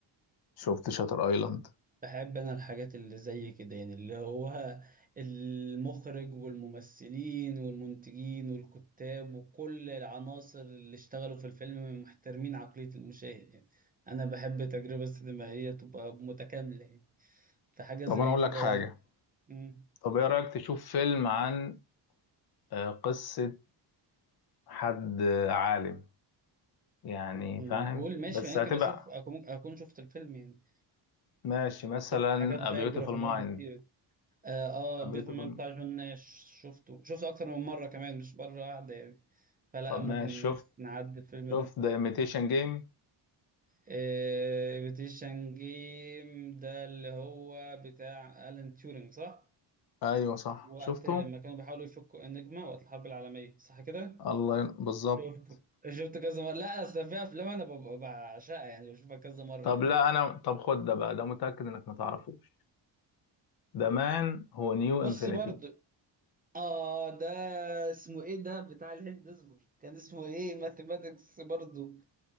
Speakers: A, on the left; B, on the right.
A: شفت شاتر ايلاند
B: بحب انا الحاجات اللي زي كده يعني اللي هو المخرج والممثلين والمنتجين والكتاب وكل العناصر اللي اشتغلوا في الفيلم محترمين عقليه المشاهد يعني انا بحب تجربه سينمائيه تبقى متكامله يعني في حاجة
A: طب
B: زي
A: انا اقول
B: كده
A: لك حاجه
B: مم.
A: طب ايه رايك تشوف فيلم عن آه، قصة حد آه، عالم يعني
B: مم.
A: فاهم
B: قول ماشي
A: بس
B: ما يمكن
A: هتبقى
B: أشوف أكون أكون شفت الفيلم يعني
A: ماشي مثلا
B: شفت حاجات
A: A
B: بايوجرافي
A: Beautiful Mind
B: برضه كتير آه, آه
A: A Beautiful
B: بيتمان بتاع جون ناش شفته شفته أكتر من مرة كمان مش مرة واحدة يعني فلا
A: طب
B: ممكن
A: ماشي شفت
B: نس- نعدي الفيلم
A: شفت
B: ده
A: The Imitation Game
B: آه بيتيشن جيم ده اللي هو بتاع ألان تيورينج صح؟
A: ايوه صح
B: وقت
A: شفته
B: ما كانوا بيحاولوا يفكوا النجمة وقت الحرب العالمية صح كده؟
A: الله ين... بالظبط
B: شفت شفت كذا مرة لا أصل في أفلام أنا ببقى بعشقها يعني بشوفها كذا مرة
A: طب
B: يعني
A: لا انا طب خد ده بقى ده متأكد انك ما تعرفوش ده مان هو نيو
B: بص
A: انفينيتي
B: برضه اه ده اسمه ايه ده بتاع الهند اصبر كان اسمه ايه ماثيماتكس برضه